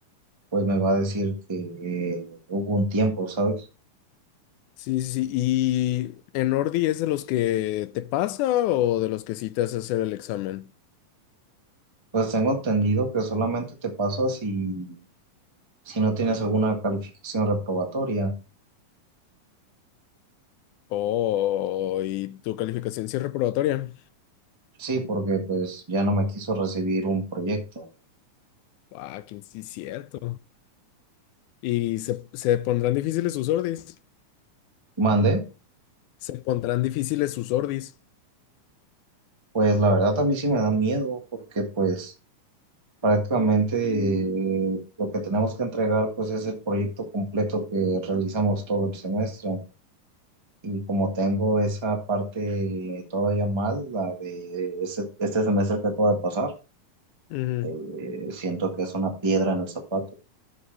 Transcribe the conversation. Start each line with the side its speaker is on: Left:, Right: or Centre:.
Right: pues me va a decir que eh, hubo un tiempo, ¿sabes?
Left: Sí, sí, sí. ¿Y en Ordi es de los que te pasa o de los que sí te hace hacer el examen?
Right: Pues tengo entendido que solamente te pasa si, si no tienes alguna calificación reprobatoria.
Left: Oh, ¿y tu calificación sí es reprobatoria?
Right: Sí, porque pues ya no me quiso recibir un proyecto.
Left: Ah, que sí, cierto. ¿Y se, se pondrán difíciles sus Ordis?
Right: Mande,
Left: Se pondrán difíciles sus Ordis.
Right: pues la verdad a mí sí me da miedo porque pues prácticamente eh, lo que tenemos que entregar pues es el proyecto completo que realizamos todo el semestre y como tengo esa parte todavía mal, la de este, este semestre que acaba de pasar,
Left: Ujú.
Right: eh, siento que es una piedra en el zapato.